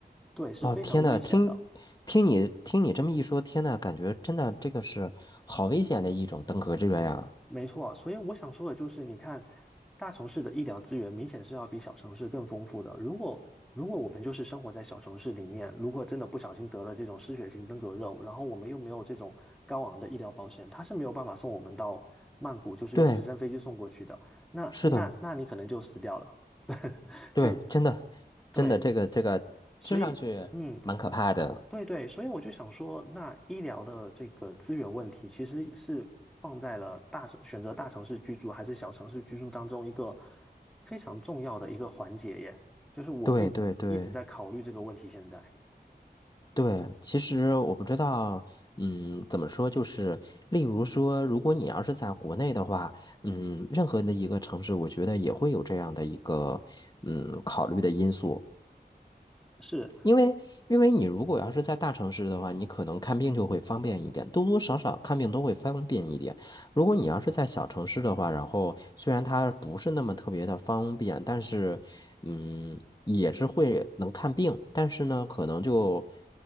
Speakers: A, in the centre; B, on the left.
A: 对，是非常危险的。
B: 哦！天呐，听听你听你这么一说，天呐，感觉真的这个是好危险的一种登革热呀！
A: 没错，所以我想说的就是，你看，大城市的医疗资源明显是要比小城市更丰富的。如果如果我们就是生活在小城市里面，如果真的不小心得了这种失血性登革热，然后我们又没有这种高昂的医疗保险，他是没有办法送我们到曼谷，就是用直升飞机送过去的。
B: 对，
A: 那那那你可能就死掉了，
B: 是的，
A: <laughs>
B: 对，
A: 就
B: 真的真的，
A: 对，
B: 这个这个听上去蛮可怕的。
A: 所以嗯。对对，所以我就想说，那医疗的这个资源问题，其实是放在了大城，选择大城市居住还是小城市居住当中一个非常重要的一个环节耶。就是我会一直在考虑这个问题。
B: 对对对。
A: 现在
B: 对，其实我不知道，嗯，怎么说，就是例如说，如果你要是在国内的话，嗯，任何的一个城市，我觉得也会有这样的一个，嗯，考虑的因素。
A: 是，
B: 因为因为你如果要是在大城市的话，你可能看病就会方便一点，多多少少看病都会方便一点。如果你要是在小城市的话，然后虽然它不是那么特别的方便，但是嗯，也是会能看病，但是呢，可能就